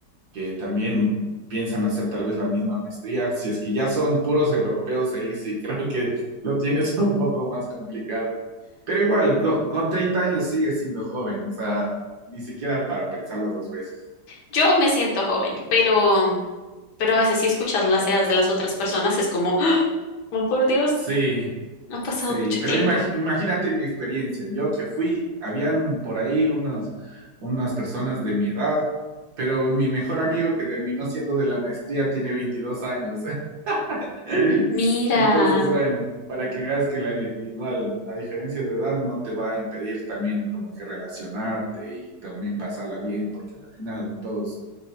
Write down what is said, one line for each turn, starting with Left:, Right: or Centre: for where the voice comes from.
Right: que también piensan hacer tal vez la misma maestría. Si es que ya son puros europeos ahí, sí <laughs> creo que lo tienes un poco más complicado. Pero igual, con, con 30 años sigues siendo joven, o sea, ni siquiera para pensarlo dos veces.
Left: Yo me siento joven, pero pero a veces si escuchas las edades de las otras personas es como Oh, por Dios,
Right: Sí,
Left: ha pasado
Right: Sí,
Left: mucho
Right: pero
Left: tiempo.
Right: imagi- imagínate mi experiencia. Yo que fui, habían por ahí unas, unas personas de mi edad, pero mi mejor amigo que terminó siendo de la maestría tiene 22 años. <laughs>
Left: Mira,
Right: Entonces, bueno, para que veas que la- igual la diferencia de edad no te va a impedir también como que relacionarte y también pasarla bien, porque al final todos